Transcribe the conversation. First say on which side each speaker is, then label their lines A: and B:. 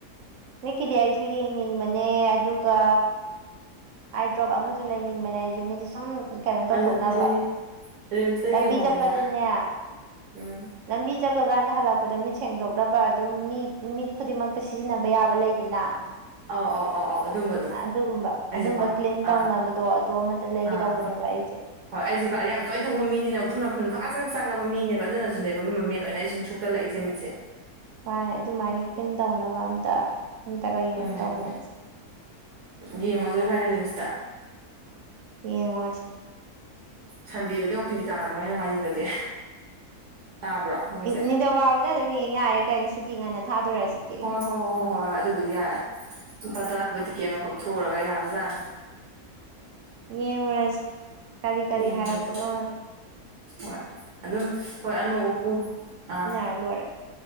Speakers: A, on the right; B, on the right.
A: ꯃꯤꯠꯀꯤꯗꯤ ꯑꯩꯁꯨ ꯌꯦꯡꯅꯤꯡꯕꯅꯦ ꯑꯗꯨꯒ ꯑꯥꯏꯗ꯭ꯔꯣꯞ ꯑꯃꯁꯨ ꯂꯩꯅꯤꯡꯕꯅꯦ ꯑꯩꯁꯦ ꯃꯤꯗꯤ ꯁꯨꯝ ꯀꯩꯅꯣ ꯇꯧꯊꯣꯛꯅꯕ
B: ꯑꯗꯨꯗꯤ ꯔꯤꯝꯁꯇ
A: ꯂꯝꯕꯤ
B: ꯌꯦꯡꯉꯣꯁꯤꯔꯥ
A: ꯆꯠꯄꯗꯅꯦ
B: ꯎꯝ
A: ꯂꯝꯕꯤ ꯆꯠꯂꯨꯀꯥꯟꯗ ꯍꯜꯂꯛꯄꯗ ꯃꯤꯠ ꯁꯦꯡꯗꯣꯛꯅꯕ ꯑꯗꯨꯝ ꯃꯤ ꯃꯤꯠ ꯈꯨꯗꯤꯡꯃꯛꯇ ꯁꯤꯖꯤꯟꯅꯕ ꯌꯥꯕ ꯂꯩꯗꯅ
B: ꯑꯥꯎ ꯑꯥꯎ ꯑꯥꯎ ꯑꯥꯎ ꯑꯗꯨꯝꯕꯗꯣ
A: ꯑꯗꯨꯒꯨꯝꯕ
B: ꯑꯩꯁꯨ
A: ꯑꯗꯨꯝꯕ
B: ꯄꯥꯝ
A: ꯀ꯭ꯂꯤꯟ
B: ꯑꯥ
A: ꯇꯧꯅꯕꯗꯣ ꯑꯗꯨ ꯑꯃꯇ ꯂꯩꯒꯦ
B: ꯑꯥ
A: ꯇꯧꯕꯅꯦꯕ ꯑꯩꯁꯦ
B: ꯍꯣꯏ ꯑꯩꯁꯨ ꯒꯥꯔꯤ ꯌꯥꯝ ꯇꯣꯏꯅ ꯊꯧꯕ ꯃꯤꯅꯤꯅ ꯎꯐꯨꯟ ꯋꯥꯏꯐꯨꯟ ꯐꯖꯅ ꯆꯪꯉꯕ ꯃꯤꯅꯦꯕ ꯑꯗꯨꯅꯁꯨꯅꯦꯕ ꯃꯦꯟ ꯑꯣꯏꯅ ꯑꯩ ꯁꯨꯝ unintelligible inaudible -ꯃꯤꯠꯁꯦ
A: ꯃꯥꯅꯦ ꯑꯗꯨꯃꯥꯏꯅ ꯀ꯭ꯂꯤꯟ ꯇꯧꯅꯕ ꯑꯝꯇ ꯑꯝꯇꯒ ꯌꯦꯡꯒꯦ
B: ꯎꯝ
A: ꯇꯧꯕꯅꯦ ꯑꯩꯁꯦ
B: ꯌꯦꯡꯉꯨꯁꯦ ꯏꯕꯅꯤ ꯔꯤꯝꯁꯇ
A: ꯌꯦꯡꯉꯨꯔꯁꯦ
B: ꯁꯟꯗꯦꯗꯗꯤ ꯑꯣ ꯄꯤ ꯗꯤ ꯇꯥꯔꯝꯃꯣꯏꯅꯦ ꯅꯣꯡꯃꯥꯏꯖꯤꯡꯗꯗꯤ ꯇꯥꯕ꯭ꯔꯣ ꯃꯣꯏꯁꯦ
A: ꯅꯤꯡꯊꯧꯀꯥꯕꯗ ꯑꯗꯨꯝ ꯌꯦꯡ ꯌꯥꯔꯦ ꯀꯩꯅꯣ ꯁꯨꯇꯤ ꯉꯟꯅ ꯊꯥꯗꯣꯔꯁꯤ unintelligible
B: ꯍꯣꯏ ꯍꯣꯏ ꯍꯣꯏ ꯍꯣꯏ ꯍꯣꯏ ꯍꯣꯏ ꯑꯗꯨꯕꯨꯗꯤ ꯌꯥꯔꯦ ꯂꯨꯄꯥ ꯇꯔꯥ ꯄꯤꯕꯥ ꯇꯤꯛꯀꯦꯠ ꯑꯃ ꯃꯝ ꯀꯛꯊꯣꯛꯎ ꯨꯔꯒ ꯌꯥꯕ ꯖꯥꯠꯅꯤ
A: ꯌꯦꯡꯉꯨꯔꯁꯦ ꯀꯔꯤ ꯀꯔꯤ
B: ꯌꯦꯡꯎꯔꯁꯤ
A: ꯍꯥꯏꯔꯛꯄꯅꯣ
B: ꯍꯣꯏ ꯑꯗꯨꯝ ꯍꯣꯏ ꯑꯅꯣꯛ ꯎꯞꯄꯨ ꯑꯥ
A: ꯍꯜꯂꯣꯏꯔꯦ